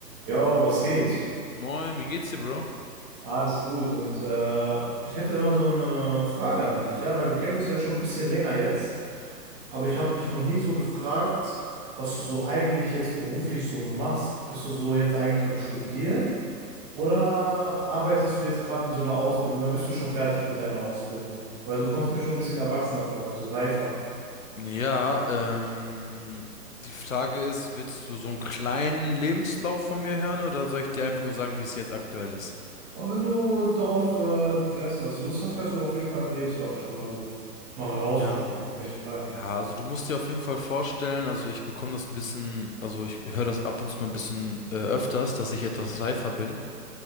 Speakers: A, on the right; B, on the left.
A: Jo, was geht?
B: Moin, wie geht's dir, Bro?
A: Alles gut. Und äh, ich hätte mal so eine Frage an dich, ja, weil wir kennen uns ja schon ein bisschen länger jetzt, aber ich habe dich noch nie so gefragt, was du so eigentlich jetzt beruflich so machst. Bist du so jetzt eigentlich am Studieren oder arbeitest du jetzt gerade in so einer Ausbildung oder bist du schon fertig mit deiner Ausbildung? Weil du kommst mir schon ein bisschen erwachsener vor, also reifer.
B: Ja, ähm, die Frage ist, willst du so einen kleinen Lebenslauf von mir hören oder soll ich dir einfach nur sagen, wie es jetzt aktuell ist?
A: Aber wenn du darauf, äh, wie heißt das, Lust hast, kannst du auf jeden Fall einen Lebenslauf schon mal so mal rausdroppen,
B: Ja.
A: auf jeden Fall.
B: Ja, also du musst dir auf jeden Fall vorstellen, also ich bekomme das ein bisschen, also ich höre das ab und zu mal ein bisschen äh, öfters, dass ich etwas reifer bin.